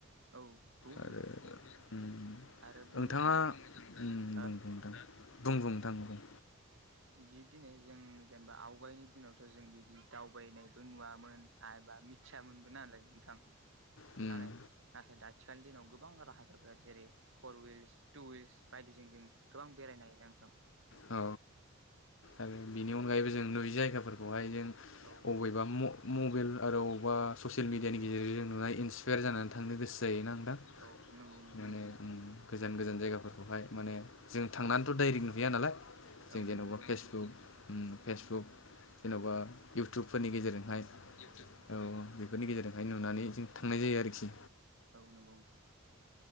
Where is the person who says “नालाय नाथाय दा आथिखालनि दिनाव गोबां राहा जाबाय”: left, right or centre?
Right